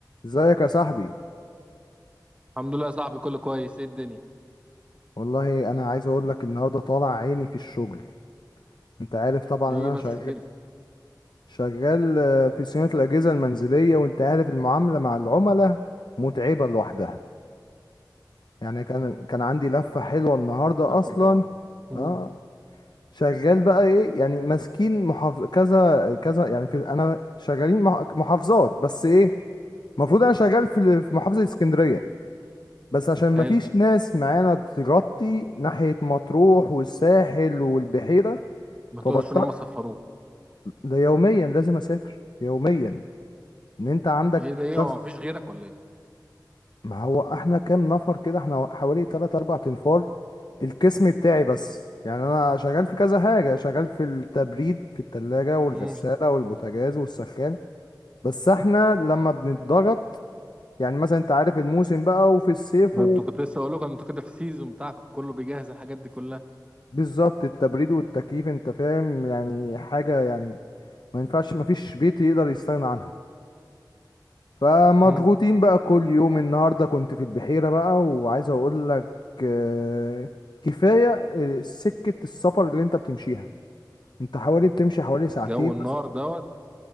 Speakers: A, on the left; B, on the right.
A: ازيك يا صاحبي
B: الحمد لله يا صاحبي كله كويس ايه الدنيا
A: والله انا عايز اقول لك النهارده طالع عيني في الشغل انت عارف طبعا
B: دي
A: ان انا
B: بس
A: مم. شغال
B: كده
A: شغال آه، في صيانه الاجهزه المنزليه وانت عارف المعامله مع العملاء متعبه لوحدها يعني كان كان عندي لفه حلوه النهارده
B: ده
A: اصلا
B: كومباوند امم
A: اه شغال بقى ايه يعني ماسكين محافظ كذا كذا يعني في انا شغالين مح- محافظات بس ايه المفروض انا شغال في في محافظه اسكندريه بس عشان
B: حلو
A: مفيش ناس معانا تغطي ناحية مطروح والساحل والبحيرة
B: ما
A: فبضطر
B: تقولش ان هم صفروه
A: ده يوميا لازم اسافر يوميا ان انت عندك
B: ايه ده ايه
A: ضغط
B: هو مفيش غيرك ولا ايه
A: ما هو احنا كام نفر كده احنا حوالي 3 4 انفار القسم بتاعي بس يعني انا شغال في كذا حاجة شغال في التبريد في التلاجة والغسالة
B: امم
A: والبوتاجاز والسخان بس احنا لما بنتضغط يعني مثلا انت عارف الموسم بقى وفي الصيف
B: ده انتوا كنت لسه اقول لكم انتوا كده في السيزون بتاعكم كله بيجهز الحاجات دي كلها
A: بالظبط التبريد والتكييف انت فاهم يعني حاجة يعني ما ينفعش ما فيش بيت يقدر يستغنى عنها فمضغوطين
B: امم
A: بقى كل يوم النهاردة كنت في البحيرة بقى وعايز اقول لك آه، كفاية آه، سكة السفر اللي انت بتمشيها انت حوالي بتمشي حوالي ساعتين
B: الجو النار
A: مثلا
B: دوت